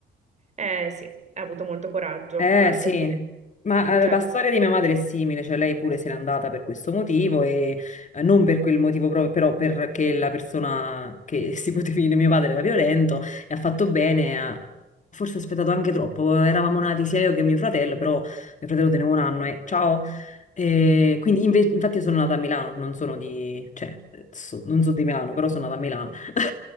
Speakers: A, on the right; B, on the left.
A: Eh sì, ha avuto molto coraggio,
B: Eh
A: anche
B: sì,
A: se...
B: ma
A: Cioè...
B: eh, la storia di mia madre è simile, cioè lei pure se n'è andata per questo motivo e eh, non per quel motivo proprio, però perché la persona che <laughs> si poteva definire mio padre era violento e ha fatto bene, ha forse aspettato anche troppo, eravamo nati sia io che mio fratello, però mio fratello teneva un anno e ciao. E quindi inve- infatti io sono nata a Milano, non sono di, cioè, so- non so di Milano, però sono nata a Milano. <laughs>